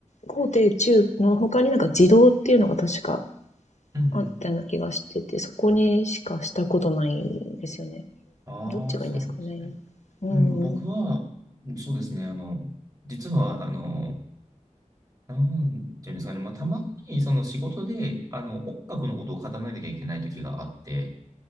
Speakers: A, on the left; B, on the right.
A: 高低中の他になんか自動っていうのが確か
B: うんうん。
A: あったような気がしてて、そこにしかしたことないんですよね。
B: ああ、
A: どっちがいいんですかね。
B: そうなんですね。
A: うーん。
B: うん、僕は、うんそうですね、あの、実は、あの、なんていうんですかね、まあ、たまに、その仕事で、あの、音楽のことを語らなきゃいけない時があって、